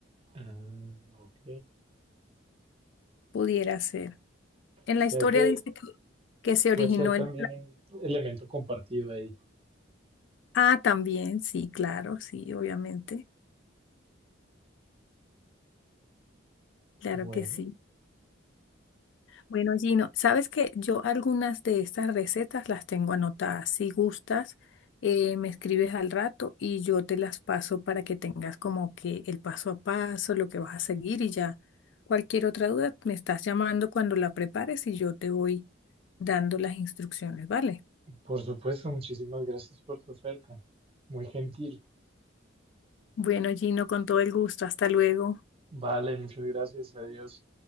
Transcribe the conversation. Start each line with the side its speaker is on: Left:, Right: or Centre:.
Right: Ah, ok.
Left: pudiera ser. En
Right: O
Left: la
Right: sea
Left: historia
Right: que
Left: dice que, que se originó
Right: puede ser también
Left: el plato.
Right: un elemento compartido ahí.
Left: Ah, también, sí, claro, sí, obviamente, claro
Right: Bueno,
Left: que sí. Bueno, Gino, sabes que yo algunas de estas recetas las tengo anotadas. Si gustas, eh, me escribes al rato y yo te las paso para que tengas como que el paso a paso, lo que vas a seguir y ya. Cualquier otra duda, me estás llamando cuando la prepares y yo te voy dando las instrucciones, ¿vale?
Right: por supuesto, muchísimas gracias por tu oferta. Muy gentil.
Left: Bueno, Gino, con todo el gusto. Hasta luego.
Right: Vale, muchas gracias. Adiós.